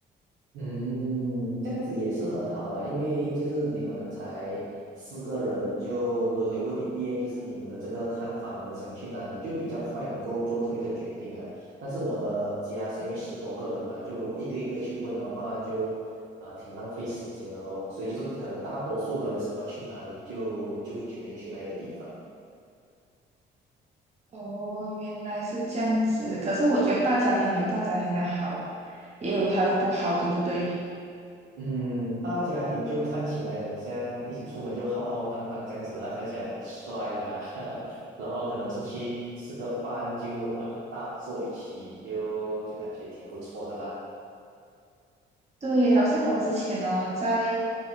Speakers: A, on the right; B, on the right.
A: 嗯，这样子也是很好啊，因为就是你们才四个人，就轮流问一遍，就是你们的这个看法，你们想去哪里，就比较快能够做出一个决定啊。但是我的家是因为十多个人嘛，就如果一个一个去问的话，就呃挺浪费时间的咯。所以就是可能大多数人想要去哪里就，就会决定去那个地方。
B: 哦，原来是这样子。可是我觉得大家庭有大家庭的好，也有它的不好，对不对？
A: 嗯，大家庭就看起来很像一起出门就浩浩荡荡这样子啦，看起来很帅呀、啊 <laughs> 然后可能出去吃个饭就哇一大桌一起就就感觉挺不错的啦。
B: 对，好像我之前哦，在